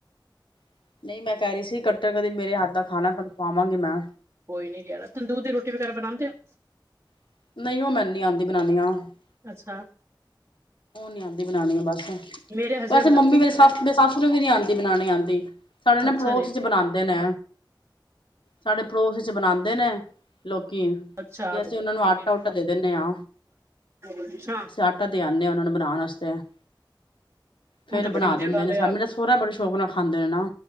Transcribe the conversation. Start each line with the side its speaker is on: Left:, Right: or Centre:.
Left: <unintelligible> ਕਦੇ ਮੇਰੇ ਹੱਥ ਦਾ ਖਾਣਾ <unintelligible> ਖੁਵਾਵਾਂਗੀ ਮੈਂ
Right: ਕੋਈ ਨੀ ਲਿਆਣਾ <unintelligible>
Left: <unintelligible>
Right: ਅੱਛਾ
Left: ਨੀ ਆਂਦੀ <unintelligible>
Right: ਮੇਰੇ ਹਸਬੈਂਡ
Left: ਵੈਸੇ
Right: ਬਣਾਉਂਦੇ
Left: ਮੰਮੀ ਮੇਰੀ
Right: ਨੇ
Left: ਸੱਸ
Right: ਪਤਾ
Left: ਦੀ ਸੱਸ ਨੂੰ ਵੀ ਨੀ ਆਉਂਦੀ ਬਣਾਉਣੀ ਆਉਂਦੀ ਸਾਡੇ ਨਾ
Right: ਅੱਛਾ
Left: ਪੜੋਸ
Right: ਜੀ
Left: ਚ ਬਣਾਉਂਦੇ ਨੇ ਸਾਡੇ ਪੜੋਸ ਚ ਬਣਾਂਦੇ ਨੇ ਲੋਕ <unintelligible>
Right: ਅੱਛਾ
Left: ਤੇ ਅਸੀਂ
Right: ਠੀਕ
Left: ਉਹਨਾਂ ਨੂੰ ਆਟਾ
Right: ਹੈ
Left: ਉੱਟਾ ਦੇ ਦੇਣੇ ਆ
Right: ਅੱਛਾ
Left: ਆਟਾ ਦੇ ਆਨੇ ਹਾਂ <unintelligible> ਫੇਰ
Right: ਉਹ ਤਾਂ
Left: ਬਣਾ
Right: ਬੜੀ ਵਧੀਆ
Left: ਦਿੰਦੇ
Right: ਗੱਲ
Left: ਨੇ
Right: ਹੈ
Left: ਸਾਨੂੰ
Right: ਯਾਰ
Left: ਮੇਰਾ ਸੋਰਾ ਬੜੇ ਸ਼ੌਕ ਨਾਲ ਖਾਂਦੇ ਨੇ ਨਾ